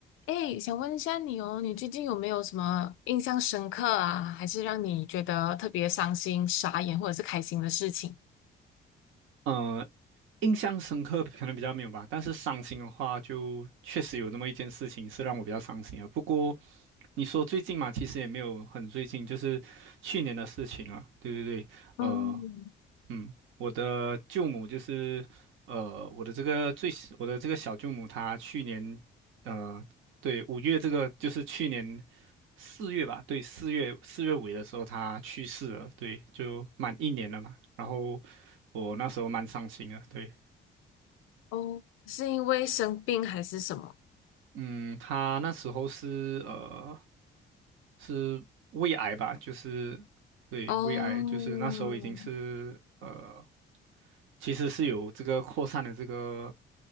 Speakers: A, on the left; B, on the right.
A: 哎，想问一下你哦，你最近有没有什么印象深刻啊，还是让你觉得特别伤心、傻眼或者是开心的事情？
B: 嗯，呃印象深刻可能比较没有吧，但是伤心的话，就确实有那么一件事情是让我比较伤心啊。不过你说最近嘛，其实也没有很最近，就是去年的事情啊。对对对，呃，
A: 嗯，
B: 嗯，我的舅母就是，呃，我的这个最小我的这个小舅母，她去年呃对，五月这个就是去年四月吧，对，四月四月尾的时候他去世了，对，就满一年了嘛。然后我那时候蛮伤心的，对，
A: 哦，是因为生病还是什么？
B: 嗯，他那时候是呃是胃癌吧，就是对胃癌，
A: 哦，
B: 就是那时候已经是呃其实是有这个扩散的这个